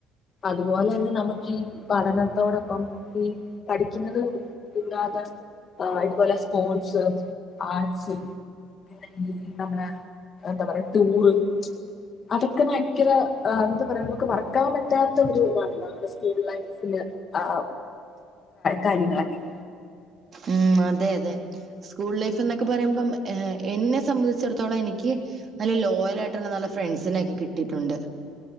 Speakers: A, on the left; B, on the right.
A: അതുപോലെ ന്നെ നമുക്ക് ഈ പഠനത്തോടൊപ്പം ഈ പഠിക്കുന്നത് കൂടാതെ അതുപോലെ സ്പോർട്സ് ആർട്സ് ങ്കിൽ നമ്മുടെ എന്താ പറയാൻ ടൂർ അതൊക്കെ ഭയങ്കര എന്ത പറയാ നമുക്ക് മറക്കാൻ പറ്റാത്ത ഒരു ഇതാണല്ലോ നമ്മുടെ സ്കൂ ലൈഫിൽ ആ കാര്യങ്ങളൊക്കെ
B: ഉം അതെ അതെ സ്കൂൾ ലൈഫ് എന്നൊക്കെ പറയുമ്പം എന്നെ സംബന്ധിച്ചിടത്തോളം എനിക്ക് നല്ല ലോയല ആയിട്ടുള്ള നല്ല ഫ്രണ്ട്സിനെക്കെ കിട്ടിയിട്ടുണ്ട്